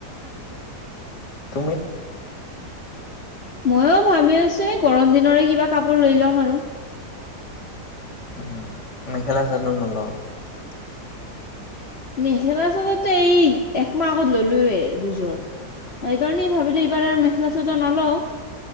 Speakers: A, on the left (about 85°); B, on the left (about 40°).
A: তুমি?
B: ময়ো ভাবি আছোঁ এই গৰম দিনৰে কিবা কাপোৰ লৈ লম আৰু।
A: উম, মেখেলা চাদৰ <unintelligible>
B: মেখেলা, চাদৰতো এই একমাহ আগত ল'লোয়েই দুইযোৰ, সেইকাৰণেই ভাবিলোঁ এইবাৰ আৰু মেখেলা চাদৰ ন'লও।